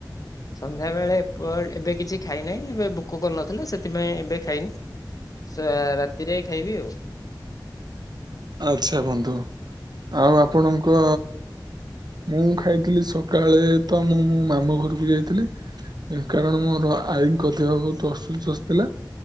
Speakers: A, on the left; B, on the right.
A: ସନ୍ଧ୍ୟା ବେଳେ ଏ ଏବେ କିଛି ଖାଇନାହିଁ ଏବେ ଭୋକ କରିନଥିଲା ସେଥିପାଇଁ ଏବେ ଖାଇନି ସେ ରାତିରେ ଖାଇବି ଆଉ।
B: ଆଚ୍ଛା ବନ୍ଧୁ ଆଉ ଆପଣଙ୍କ ମୁଁ ଖାଇଥିଲି ସକାଳେ ତ ମୁଁ ମୋ ମାମୁଁ ଘରକୁ ଯାଇଥିଲି କାରଣ ମୋର ଆଈଙ୍କ ଦେହ ବହୁତ ଅସୁସ୍ଥ ଥିଲା।